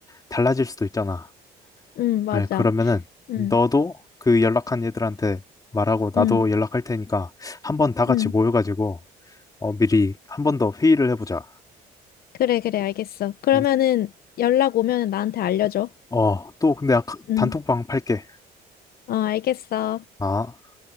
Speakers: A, on the left; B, on the left.
A: 달라질 수도 있잖아.
B: 응, 맞아.
A: 그래 그러면은
B: 응,
A: 너도 그 연락한 얘들한테 말하고 나도
B: 응,
A: 연락할 테니까 한번 다 같이
B: 응.
A: 모여가지고 어, 미리 한 번 더 회의를 해보자.
B: 그래, 그래, 알겠어. 그러면은
A: 응?
B: 연락 오면 나한테 알려줘.
A: 어, 또 근데 아까
B: 응,
A: 단톡방 팔게.
B: 어, 알겠어.
A: 아.